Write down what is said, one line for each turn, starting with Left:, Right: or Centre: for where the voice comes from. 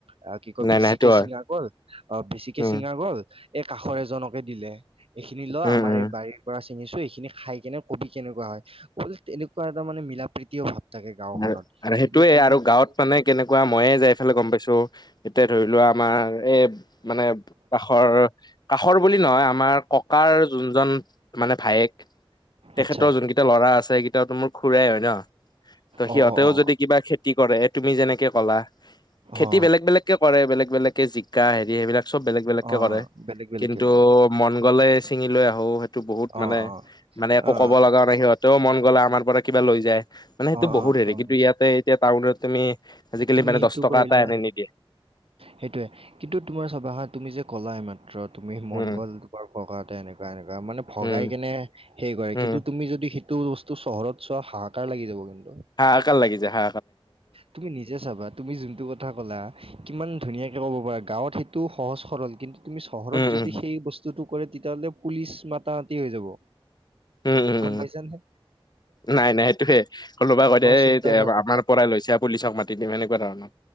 Right: অ কি কয়
Left: নাই
Right: বেছিকে
Left: নাই সেইটো হয়
Right: চিঙা গল অ বেছিকে
Left: উম
Right: চিঙা গল এই কাষৰ এজনকে দিলে। এইখিনি ল
Left: উম
Right: আমাৰ
Left: উম
Right: এই বাৰীৰ পৰা চিঙিছো, এইখিনি খাই কেনে- কবি কেনেকুৱা হয়, মই বুলো তেনেকুৱা এটা মানে মিলা প্ৰীতিৰ ভাৱ। থাকে গাওখনত
Left: আৰু আৰু সেইটোয়ে
Right: কিন্তু তুমি
Left: আৰু
Right: সেইটো
Left: গাঁৱত মানে কেনেকুৱা মই যাইফালে গম পাইছো। এতিয়া ধৰি লোৱা আমাৰ এই মানে কাষৰ কাষৰ বুলি নহয় আমাৰ- ককাৰ যোনজন মানে ভায়েক, তেখেতৰ
Right: আচ্ছা
Left: যোন কেইটা ল'ৰা আছে। সেইকেইটাতো মোৰ খুৰাই হয় ন। ত সিহঁতেও
Right: অ অ অ অ
Left: যদি কিবা খেতি কৰে তুমি যেনেকে কলা। খেতি
Right: অ
Left: বেলেগ বেলেগকে কৰে, বেলেগ বেলেগকে জি কা হেৰি সেইবিলাক চব বেলেগ বেলেগকে
Right: অ অ,
Left: কৰে,
Right: বেলেগ বেলেগকে
Left: কিন্তু
Right: কৰে
Left: মন গ'লে চিঙি লৈ আহো সেইটো বহুত মানে
Right: অ অ
Left: মানে একো
Right: অ অ
Left: ক'ব লগা নাই, সিহঁতেও মন গ'লে আমাৰ পৰা। কিবা লৈ যায়। মানে সেইটো
Right: অ
Left: বহুত
Right: অ অ
Left: হেৰি
Right: গম
Left: কিন্তু
Right: পাইছো,
Left: ইয়াতে এতিয়া টাউনত তুমি আজিকালি
Right: তুমি
Left: মানে
Right: সেইটো
Left: দহ টকা
Right: কৰিলা।
Left: এটা এনে নিদিয়ে
Right: সেইটোয়ে কিন্তু তোমাৰ চাবা তুমি যে কলাই মাত্ৰ তুমি মন
Left: উম
Right: গ'ল তোমাৰ পগাতে এনেকুৱা এনেকুৱা মানে ভগাই
Left: উম
Right: কেনে- সেই কৰে
Left: উম
Right: কিন্তু তুমি যদি সেইটো বস্তু চহৰত চোৱা হাহাকাৰ লাগি যাব কিন্তু
Left: হাহাকাৰ লাগি যায় হা-
Right: তুমি নিজে চাবা তুমি যোনটো কথা ক'লা কিমান ধুনীয়া। ক'ব পাৰা গাঁৱত সেইটো সহজ সৰল কিন্তু তুমি চহৰত
Left: উম
Right: যদি
Left: উম
Right: সেই বস্তুটো। কৰে তেতিয়াহ'লে পুলিচ মাতা মাতি হৈ যাব
Left: উম উম
Right: গম
Left: উম
Right: পাইছা নে
Left: নাই নাই সেইটোয়ে কোনোবাই কৈ দে এই
Right: চিন্তাধাৰা
Left: আমাৰ পৰাই লৈছে পুলিচক মাতি দিম এনেকুৱা ধৰণৰ